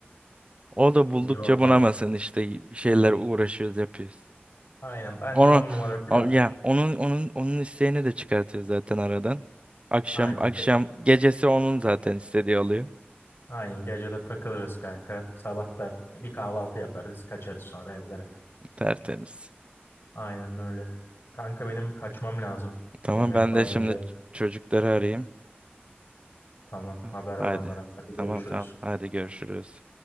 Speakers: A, on the right (about 30°); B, on the left (about 80°).
A: o da buldukça
B: İyi oldu
A: bunamasın
B: ama.
A: işte bir şeyler uğraşıyoruz yapıyoruz.
B: Aynen bence
A: Onu
B: on numara plan.
A: o- ya onun onun onun isteğini de çıkartıyoruz zaten aradan. Akşam
B: Aynen.
A: akşam
B: Ge
A: gecesi onun zaten istediği oluyor.
B: Aynen gecede takılırız kanka. Sabah da bir kahvaltı yaparız. Kaçarız sonra evlere.
A: Tertemiz.
B: Aynen öyle. Kanka benim kaçmam lazım.
A: Tamam
B: Yemek
A: ben
B: falan
A: de şimdi
B: yiyeceğim.
A: çocukları arayayım.
B: Tamam
A: Ah,
B: haber ver
A: Haydi.
B: onlara. Hadi
A: Tamam
B: görüşürüz.
A: tamam. Haydi görüşürüz.